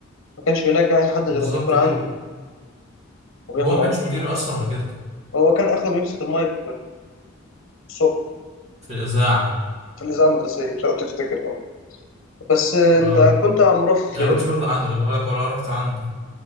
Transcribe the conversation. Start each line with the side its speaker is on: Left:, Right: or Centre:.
Left: ما كانش بينجح اي حد
Right: بالظبط
Left: غير لما يكون
Right: كده
Left: عنده وبياخد
Right: هو ما
Left: عنده
Right: كانش مدير
Left: دروس
Right: اصلا ولا كده
Left: هو كان اخره بيمسك المايك الصبح
Right: في الاذاعة
Left: في الإذاعة المدرسية مش عارف تفتكر اه بس آه،
Right: اه
Left: أنت كنت عمرة في
Right: انا ما كنتش باخد عنده خلي بالك ولا رحت عنده